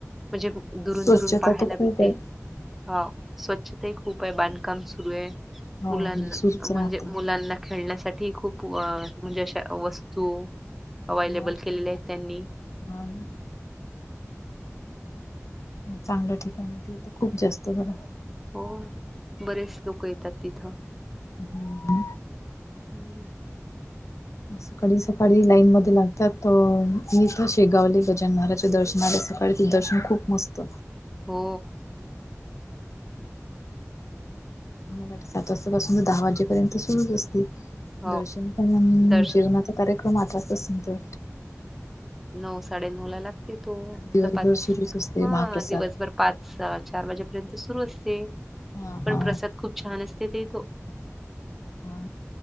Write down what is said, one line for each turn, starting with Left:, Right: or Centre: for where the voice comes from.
Centre: म्हणजे दुरून
Left: स्वच्छता
Centre: दुरून पाहायला
Left: तर खूप
Centre: भेटते.
Left: आहे
Centre: हा स्वच्छता ही खूप आहे. बांधकाम सुरू आहे.
Left: हो
Centre: मुलांना
Left: हो सुरूच राहते
Centre: म्हणजे मुलांना खेळण्यासाठीही खूप अ म्हणजे अश्या वस्तू अवेलेबल
Left: ह
Centre: केलेल्या आहेत त्यांनी.
Left: हा चांगलं ठिकाण आहे ते तर. खूप जास्त बर
Centre: हो बरेच लोक येतात तिथ.
Left: <inaudible>
Centre: <unintelligible>
Left: सकाळी सकाळी लाईन मध्ये लागतात. त इथ शेगावले गजानन महाराजच्या दर्शनाले आणि ते दर्शन खूप मस्त.
Centre: हो
Left: मलाठी सात वाजतापासून तर दहा वाजेपर्यंत सुरूच असते.
Centre: हो
Left: दर्शन पण
Centre: दर्शन
Left: जेवणाचा कार्यक्रम अर्धा तास नंतर
Centre: नऊ साडे नऊ ला लागते तो
Left: दिवसभर
Centre: तपाच
Left: सुरूच असते
Centre: हा
Left: महाप्रसाद
Centre: दिवसभर पाच, चार वाजेपर्यंत सुरू असते.
Left: हा
Centre: पण
Left: हा
Centre: प्रसाद खूप छान असते ते इथ.
Left: हा.